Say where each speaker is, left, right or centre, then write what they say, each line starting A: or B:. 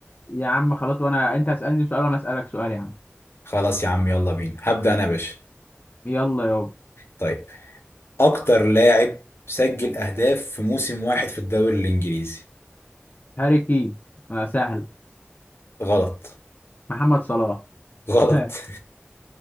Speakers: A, on the left; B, on the left.
A: يا عم خلاص وانا انت اسالني سؤال وانا اسالك سؤال يا عم
B: خلاص يا عم يلا بينا هبدأ انا يا باشا
A: يلا يابا
B: طيب اكتر لاعب سجل اهداف في موسم واحد في الدوري الانجليزي
A: هاري كين آه، سهل
B: غلط
A: محمد صلاح
B: غلط
A: <laughs>
B: <laughs>